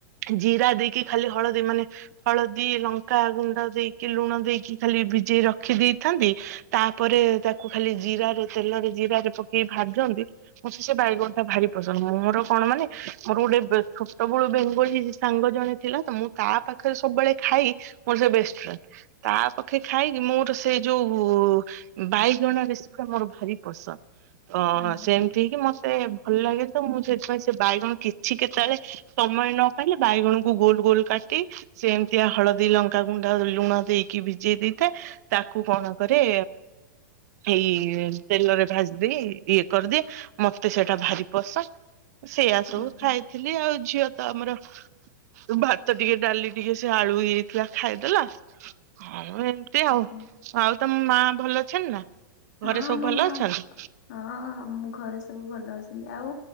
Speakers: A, on the right (about 55°); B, on the left (about 55°).
A: ଜିରା ଦେଇକି ଖାଲି ହଳଦୀ ମାନେ ହଳଦୀ ଲଙ୍କାଗୁଣ୍ଡ ଦେଇକି ଲୁଣ ଦେଇକି ଖାଲି ଭିଜେଇ ରଖି ଦେଇଥାନ୍ତି। ତାପରେ ତାକୁ ଖାଲି ଜିରାରେ ତେଲରେ ଜିରାରେ ପକେଇ ଭାଜନ୍ତି। ମୁଁ ସେ ବାଇଗଣଟା ଭାରି ପସନ୍ଦ ମୋର କଣ ମାନେ ମୋର ଗୋଟେ ବେ ଛୋଟବେଳୁ ବେଙ୍ଗଳୀ ସାଙ୍ଗ ଜଣେ ଥିଲା ତ ମୁଁ ତା ପାଖରେ ସବୁବେଳେ ଖାଇ ମୋର ସେ ବେଷ୍ଟ ଫ୍ରେଣ୍ଡ ତା ପାଖେ ଖାଇକି ମୋର ସେଇ ଯୋଉ ଭାଇ ଜଣା ରେସିପି ଟା ମୋର ଭାରି ପସନ୍ଦ ତ
B: ଓହୋ
A: ସେମିତି ହେଇକିି ମତେ ଭଲ ଲାଗେ ତ ମୁଁ ସେଥିପାଇଁ ସେ ବାଇଗଣ କିଛି କେତେବେଳେ ସମୟ ନ ପାଇଲେ ବାଇଗଣକୁ ଗୋଲ ଗୋଲ କାଟି ସେମ୍ ଏମିତିଆ ହଳଦୀ ଲଙ୍କାଗୁଣ୍ଡ ଲୁଣ ଦେଇକି ଭିଜେଇ ଦେଇଥାଏ ତାକୁ କଣ କରେ ଏଇ ତେଲରେ ଭାଜି ଦେଇ ଇଏ କରିଦିଏ। ମତେ ସେଇଟା ଭାରି ପସନ୍ଦ ସେଇଆ ସବୁ
B: ଓହୋ।
A: ଖାଇଥିଲି ଆଉ ଝିଅ ତ ଆମର ଭାତ ଟିକେ ଡାଲି ଟିକେ ସେ ଆଳୁ ଇଏ ହେଇଥିଲା ଖାଇଦେଲା। ଏମିିତି
B: ହଁ
A: ଆଉ ଆଉ ତମ ମା ଭଲ ଅଛନ୍ତି ନା ଘରେ
B: ଆମ
A: ସବୁ ଭଲ
B: ମା
A: ଅଛନ୍ତି?
B: ହଁ ମୁ ଘରେ ସବୁ ଭଲ ଅଛନ୍ତି। ଆଉ